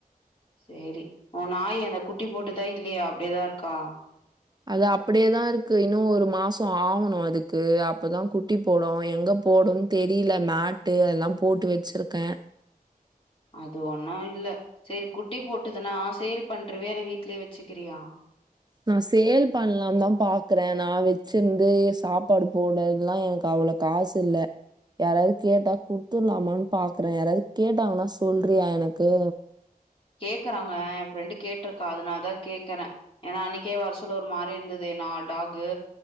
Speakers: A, on the left (about 35°); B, on the right (about 25°).
A: சேரி ஓ நாய் அந்த குட்டி போட்டுதா இல்லையா அப்படியேதா இருக்கா
B: அது அப்படியேதா இருக்கு இன்னு ஒரு மாசோ ஆகணு அதுக்கு அப்பதா குட்டி போடு எங்க போடுன்னு தெரியல மேட்டு அதெல்லா போட்டு வச்சிருக்கே
A: அது ஒன்னு இல்ல சேரி குட்டி போட்டுச்சின்னா சேல் பண்றுவியா இல்ல வீட்லயே வச்சுக்கிறியா
B: நா சேல் பண்ணலாம் தா பாக்குறே நா வச்சிருந்து சாப்பாடு போட்றதல்லா எனக்கு அவ்ளோ காசுயில்ல யாராவது கேட்டா குடுத்துர்லாமான் பாக்குற யாராவது கேட்டாங்கன்னா சொல்றியா எனக்கு
A: கேக்குறாங்க ஏ ஃப்ரெண்டு கேட்ருக்கா அதனால தா கேக்கறே ஏன்னா அன்னிக்கே வர சொல்ல ஒரு மாரி இருந்தது நா டாகு